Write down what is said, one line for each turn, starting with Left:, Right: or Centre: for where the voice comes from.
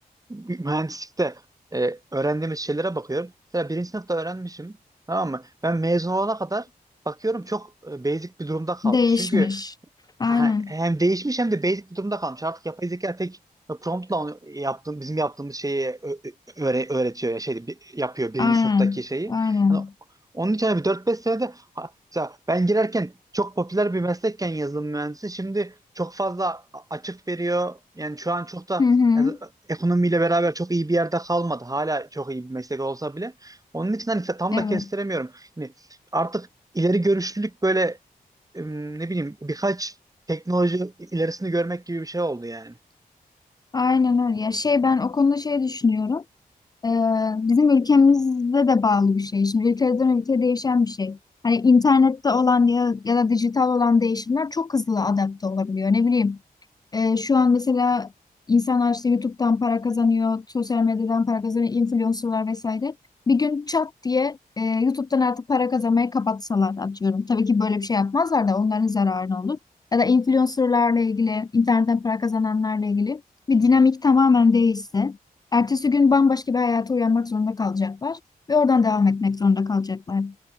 Right: mühendislikte e, öğrendiğimiz şeylere bakıyorum. Mesela birinci sınıfta öğrenmişim tamam mı? Ben mezun olana kadar bakıyorum çok e, basic bir durumda kalmış.
Left: değişmiş.
Right: Çünkü
Left: Aynen,
Right: Ha- hem değişmiş hem de basic bir durumda kalmış. Artık yapay zeka tek promptla onu yaptığım, bizim yaptığımız şeyi ö- ö- öğre- öğretiyor ya şeydi bi- yapıyor birinci
Left: aynen,
Right: sınıftaki şeyi.
Left: aynen.
Right: Hani onun için hani bir dört beş senede ha, mesela ben girerken çok popüler bir meslekken yazılım mühendisi şimdi çok fazla a- açık veriyor. Yani şu an çok da
Left: Hı hı.
Right: yani, ekonomiyle beraber çok iyi bir yerde kalmadı. Hala çok iyi bir meslek olsa bile. Onun için hani tam
Left: Evet,
Right: da kestiremiyorum. Yani artık ileri görüşlülük böyle ım, ne bileyim birkaç teknoloji ilerisini görmek gibi bir şey oldu yani.
Left: aynen öyle. Ya şey ben o konuda şey düşünüyorum. Ee, bizim ülkemizde de bağlı bir şey. Şimdi ülkeden ülkeye değişen bir şey. Hani internette olan ya, ya da dijital olan değişimler çok hızlı adapte olabiliyor. Ne bileyim ee, şu an mesela insanlar işte YouTube'dan para kazanıyor, sosyal medyadan para kazanıyor, influencerlar vesaire. Bir gün çat diye e, YouTube'dan artık para kazanmayı kapatsalar atıyorum. Tabii ki böyle bir şey yapmazlar da onların zararına olur. Ya da influencerlarla ilgili, internetten para kazananlarla ilgili bir dinamik tamamen değişse, ertesi gün bambaşka bir hayata uyanmak zorunda kalacaklar ve oradan devam etmek zorunda kalacaklar.